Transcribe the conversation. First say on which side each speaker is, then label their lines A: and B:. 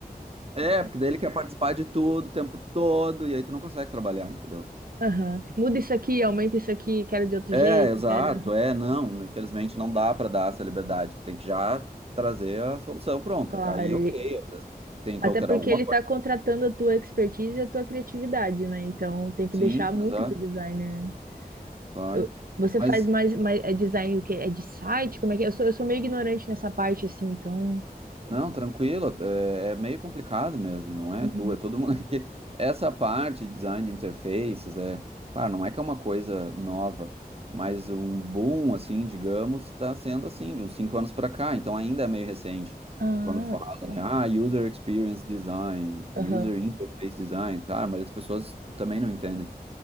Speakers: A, on the right; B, on the right.
A: É, porque daí ele quer participar de tudo o tempo todo, e aí tu não consegue trabalhar, entendeu?
B: aham. Muda isso aqui, aumenta isso aqui, quero de outro
A: É,
B: jeito,
A: exato,
B: quero.
A: é, não. Infelizmente não dá pra dar essa liberdade. Tu tem que já trazer a solução pronta.
B: Claro,
A: Aí,
B: ele-
A: ok, às vezes tem que
B: até
A: alterar
B: porque
A: alguma
B: ele
A: coisa.
B: está contratando a tua expertise e a tua criatividade, né? Então tem que
A: Sim,
B: deixar muito
A: exato,
B: pro designer, né?
A: claro.
B: Eu- Você
A: Mas
B: faz mais, mais é design o quê? É de site? Como é que é? Eu sou, eu sou meio ignorante nessa parte, assim, então.
A: Não, tranquilo, é, é meio complicado mesmo, não é
B: Uhum.
A: tu, é todo mundo <laughs> aqui. Essa parte de design de interfaces, é, claro, não é que é uma coisa nova, mas um boom, assim, digamos, está sendo assim, de uns cinco anos para cá, então ainda é meio recente.
B: Ah,
A: Quando fala,
B: olha só.
A: né, ah, user experience design,
B: Aham.
A: user interface design, claro, mas as pessoas também não entendem,